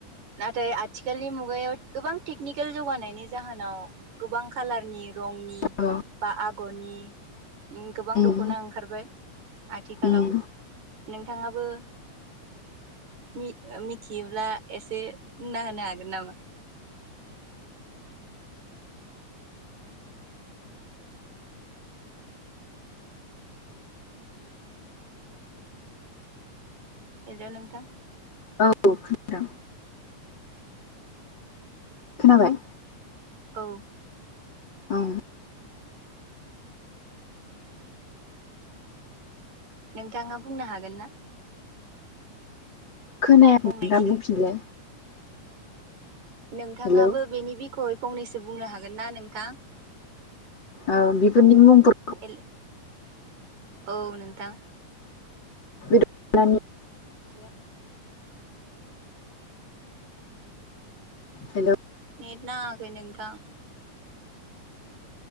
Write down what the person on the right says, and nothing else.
नाथाय आथिखालनि मुगायाव गोबां टेकनिकेल जौगानायनि जाहोनाव गोबां खालारनि रंनि
बा आगरनि गोबां
दख'ना ओंखारबाय आथिखालाव।
नोंथाङाबो मि-मिथियोब्ला एसे बुंना होनो हागोन नामा? हेलौ नोंथां
औ
नोंथाङा बुंनो हागोन ना
फंनैसो
नोंथाङाबो
बेनि बिख'यै फंनैसो बुंनो हागोन ना नोंथां?
हेल औ नोंथां
नेट नाङाखै नोंथां